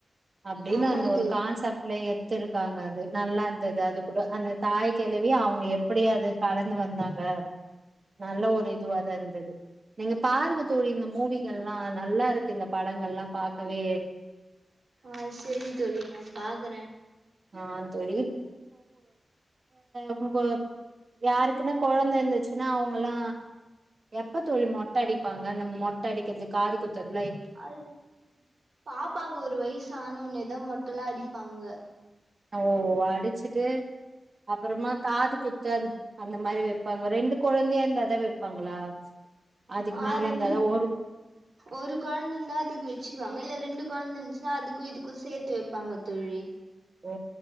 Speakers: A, on the right (about 50°); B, on the right (about 75°).
A: அப்டின்னு
B: ஆமா
A: அந்த ஒரு
B: தோழி
A: கான்செப்ட்லயே எத்துருக்காங்க அது நல்லா அது அது கூட அந்த தாய் கெழவி அவங்க எப்படி அது கடந்து வந்தாங்க நல்ல ஒரு இதுவா தா இருந்தது நீங்க பாருங்க தோழி இந்த மூவிகள்ல்லா நல்லா இருக்கு இந்த படங்கள்லா பாக்கவே
B: ஆஹ் செரி தோழி நா பாக்குறே
A: ஆ தோழி அவங்க யாருக்குன்னா கொழந்தை இருந்துச்சுன்னா அவங்கல்லா எப்ப தோழி மொட்டை அடிப்பாங்க அந்த மொட்டை அடிக்கிறது காது குத்துதுற
B: அது பாப்பாக்கு ஒரு வயசு ஆன ஒன்னதா மொட்டல்லா அடிப்பாங்க
A: ஓ அடிச்சுட் விட்டு அப்பறமா காது குத்த அந்த மாதிரி வைப்பாங்க ரெண்டு குழந்தையா இருந்தாதா வைப்பாங்களா அதுக்கு
B: ஆஹ்
A: மேல
B: ரெண்டு
A: இருந்தாதா ஒரு
B: ஒரு கொழந்த இருந்தா அதுக்கு வச்சிருவாங்க இல்ல ரெண்டு கொழந்த இந்துச்சுன்னா அதுக்கு இதுக்கு சேத்து வைப்பாங்க தோழி
A: ஓ